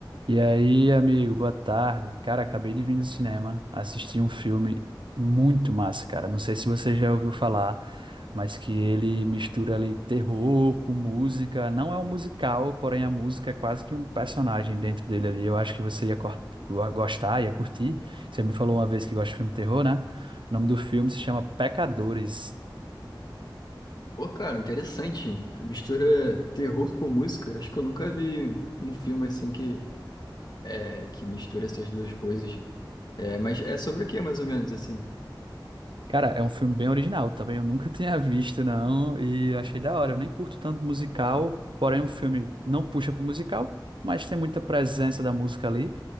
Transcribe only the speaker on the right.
E aí, amigo, boa tarde. Cara, acabei de vir do cinema assisti um filme muito massa, cara. Não sei se você já ouviu falar, mas que ele mistura ali terror com música. Não é um musical, porém a música é quase que um personagem dentro dele ali. Eu acho que você ia cor- go- gostar, ia curtir. Você me falou uma vez que gosta de filme terror, né? O nome do filme se chama Pecadores.
Cara, é um filme bem original também. Eu nunca <laughs> tinha visto, não. E achei da hora. Eu nem curto tanto musical, porém o filme não puxa pro musical, mas tem muita presença da música ali.